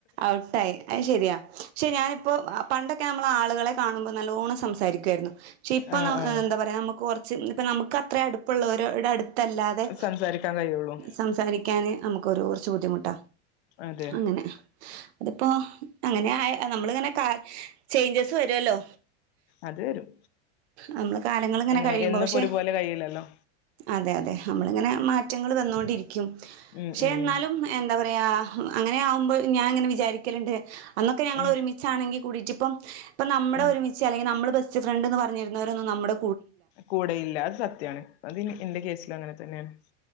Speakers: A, on the right; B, on the left.
A: ഔട്ടായി അത് ശെരിയാ ഷെ ഞാനിപ്പോ ആ പണ്ടോക്കെ നമ്മള് ആള്കളെ കാണുമ്പോ നല്ലോണം സംസാരിക്കോയിരുന്നു ചി ഇപ്പോ
B: ആഹ്
A: നമ
B: ആഹ്
A: എന്താ പറയാ നമ്മക്ക്‌ കൊറ ച്ച് നമുക്ക് അത്രേം അടുപ്പള്ളോര് ടേ അട്ത്താല്ലതെ
B: സംസാരിക്കാൻ കഴിയുള്ളൂ
A: സംസാരിക്കാന് നമ്മക്ക് ഒര് കൊറച്ച് ബുദ്ധിമുട്ട
B: അതെ
A: അങ്ങനെ <unintelligible> അതിപ്പേ അങ്ങനെ ആയ നമ്മള് കാര ചെയ്ഞ്ജസ് വെര് വെല്ലോ
B: അത് വരും
A: നമ്മള് കാലങ്ങള് ഇങ്ങനെ
B: എങ്ങനെ
A: കഴിമ്പോ
B: എന്നുപ്പോ
A: പശെ
B: ഒരുപോലെ കഴിയില്ലല്ലോ
A: അതെ അതെ നമ്മള് ഇങ്ങനെ മാറ്റങ്ങള് വന്നോണ്ടിരിക്കും
B: ഉം
A: ശെ
B: ഉം
A: എന്നാലും എന്താ പറ റയാ അങ്ങനെ ആവുമ്പോ ഞാൻ അങ്ങനെ വിചാരിക്കാലെണ്ട് അന്നോക്കെ ഞങ്ങള്
B: ഉം
A: ഒരിമിച്ചാണെങ്കി കുടിറ്റിപ്പം ഇപ്പ നമ്മടെ
B: ഉം
A: ഒരുമിച്ച് അല്ലെങ്കിൽ നമ്മള് ബസ് ബെസ്റ്റ് ഫ്രണ്ട്ന് പറ ഞ്ഞിരുന്നോരോന്നും നമ്മുടെ
B: കൂടെയില്ല അത് സത്യാണ് അത് ഇനി ഇൻ്റെ കേസിലു അങ്ങനെതന്നെയാണ്